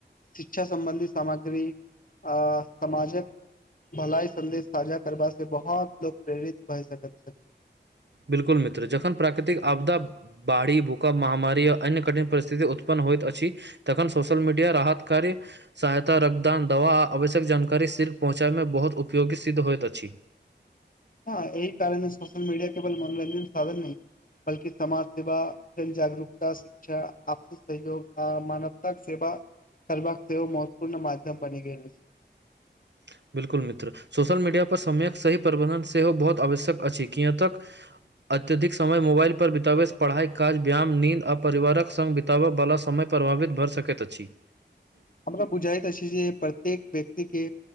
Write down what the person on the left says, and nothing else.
शिक्षा सम्बन्धी सामग्री आ समाजक भलाई संदेश साझा करबा से बहुत लोको प्रेरित भए सकैत छथि
हँ एहि कारणे सोशल मीडिया केवल मनोरञ्जन साधन नहि बल्कि समाज सेवा जन जागरूकता शिक्षा आपसी सहयोग आ मानवताक सेवा करबाक सेहो महत्वपूर्ण मध्यम बनि गेल अछि
हमरा बुझाइत अछि जे प्रत्येक व्यक्ति के